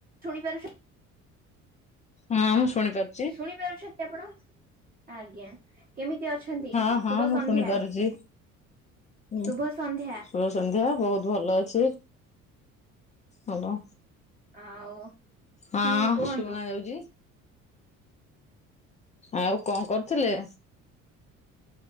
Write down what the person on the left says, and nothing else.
ହଁ ମୁଁ ଶୁଣିପାରୁଚି!
ହଁ ହଁ
ମୁଁ
ଶୁଣିପାରୁଛି। ହୁଁ
ଶୁଭ ସନ୍ଧ୍ୟା! ବହୁତ ଭଲ ଅଛି ଭଲ!।
ହଁ
ଶୁନା ଯାଉଛି!। ଆଉ କଣ କରୁଥିଲେ?